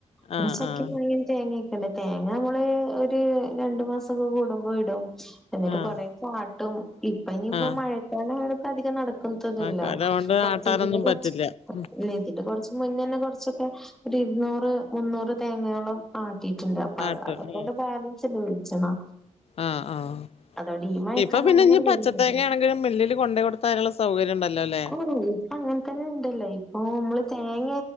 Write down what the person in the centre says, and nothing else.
കുറെ
ചക്കിം
മാങ്ങിം തേങ്ങൊക്കെണ്ട് തേങ്ങ നമ്മള് ഒരു രണ്ടു മാസൊക്കെ കൂടുമ്പോ ഇടും എന്നിട്ട്
കുറെ ആട്ടും ഇപ്പ ഇനിയിപ്പം
മഴക്കാലായോണ്ട് അധികം നടക്കു ത്തുന്നില്ല
<unintelligible>
<unintelligible>
ഇത് കുറച്ച് മുന്നന്നെ കുറച്ചൊക്കെ ഒരു ഇരുന്നൂറ് മുന്നൂറ് തേങ്ങയോളം കിട്ടി ആട്ടീട്ടുണ്ട് അപ്പ
അത്പ്പോണ്ട്
ബാലൻസ് ഉണ്ട് വെളിച്ചണ്ണാ
അതോണ്ടീ മഴക്കാലം
അങ്ങനെയട്
കഴിഞ്ഞ്
ട്ടല്ലൊ
ഓ ഇപ്പ അങ്ങനെ തന്നെ ഉണ്ടല്ലോ ഇപ്പൊ നമ്മള് തേങ്ങ